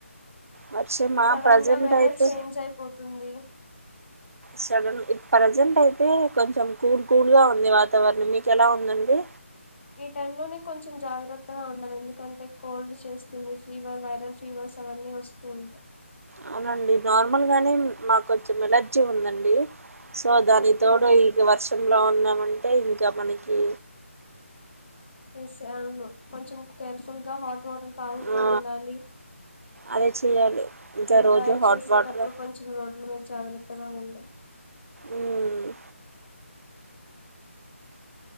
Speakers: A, on the right; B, on the left.
A: వర్షమా
B: సడన్
A: ప్రజెంట్
B: గా వెదర్
A: అయితే
B: చేంజ్ అయిపోతుంది
A: సరన్ ప్రజెంట్ అయితే కొంచెం కూల్ కూల్గా ఉంది వాతావరణం మీకెలా ఉ ఉందండి
B: టైం లోనే కొంచెం జాగ్రత్తగా ఉండాలి ఎందుకంటే కోల్డ్ చేస్తుంది ఫీవర్ వైరల్ ఫీవర్స్ అవన్నీ వస్తు ఉంటై
A: అవునండి నార్మల్ గానే మాకు కొంచెం ఎలర్జీ ఉందండి సో దానికి
B: ఓకే
A: తోడు ఈ వర్షంలో ఉన్నామంటే ఇంకా మనకి
B: ఎస్ అవును కొంచెం కేర్ఫుల్గా హాట్ వాటర్ తాగుతూ
A: ఆ
B: ఉండాలి
A: అదే చేయాలి ఇంకా
B: అండ్
A: రోజు
B: డ్రైవ్
A: హాట్
B: చేసేటప్పుడు
A: వాటర్
B: కొంచెం రోడ్ల మీద జాగ్రత్తగా ఉండలి
A: ఉమ్